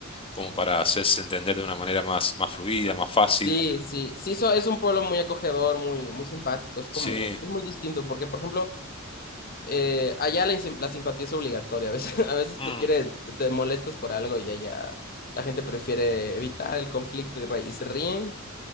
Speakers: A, on the left (about 25°); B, on the left (about 45°).
A: como para hacerse entender de una manera más, más fluida, más fácil.
B: Sí, sí, sí, so- es un pueblo muy acogedor, muy, muy simpático, es
A: Sí,
B: como, es muy distinto, porque por ejemplo, eh, allá la, insim- la simpatía es obligatoria, a veces, <laughs> a veces
A: mm,
B: tú quieres, te molestas por algo y allá la gente prefiere evitar el conflicto y, re- y se ríen